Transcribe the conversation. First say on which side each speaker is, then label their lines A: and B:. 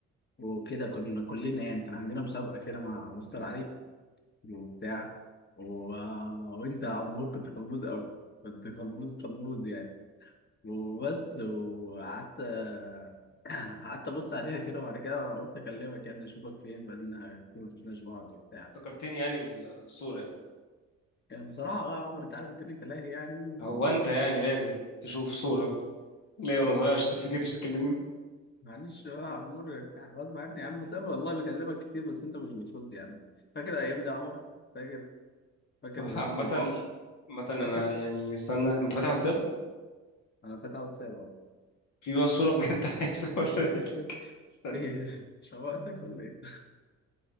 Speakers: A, on the left (about 35°); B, on the left (about 70°).
A: وكده كنا كلنا يعني كان عندنا مسابقة كده مع مستر علي وبتاع و... وانت يا عمور كنت قلبوز قوي كنت قلبوز قلبوز يعني وبس وقعدت <clears throat> قعدت ابص عليها كده وبعد كده قلت اكلمك يعني اشوفك فين بقالنا كتير ما شفناش بعض وبتاع
B: افتكرتني يعني بالصورة يعني
A: يعني بصراحة اه يا عمر انت عارف الدنيا تلاهي يعني
B: هو
A: و-
B: انت يعني لازم تشوف صورة ليه وانا صغير عشان تفتكرش تكلمني
A: معلش بقى يا عمور انت غصب عني يا عم بس انا والله بكلمك كتير بس انت مش بترد يا عم فاكر الايام دي يا عمر فاكر فاكر
B: <laughs>
A: رميس
B: طب عامة
A: صباح
B: عامة انا
A: فاكر
B: يعني استنى انت فاتح واتساب
A: انا فاتح واتساب اهو
B: في بقى صورة بجد <laughs> عايز اوريها
A: <laughs>
B: لك.
A: بس
B: استنى
A: ايه شوقتك ولا ايه؟